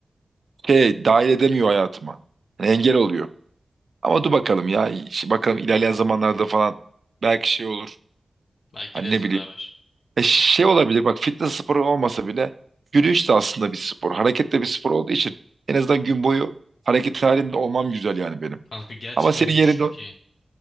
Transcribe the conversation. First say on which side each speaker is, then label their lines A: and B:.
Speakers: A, on the right; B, on the left.
A: şey dahil edemiyor hayatıma. Yani engel oluyor. Ama dur bakalım ya. İşte Bakalım ilerleyen zamanlarda falan belki şey olur.
B: Belki
A: Hani
B: gideriz
A: ne bileyim
B: beraber.
A: E şey olabilir bak fitness sporu olmasa bile yürüyüş de aslında bir spor. Hareket de bir spor olduğu için en azından gün boyu hareket halinde olmam güzel yani benim.
B: Kanka gerçekten
A: Ama senin
B: yürüyüş
A: yerinde
B: çok iyi.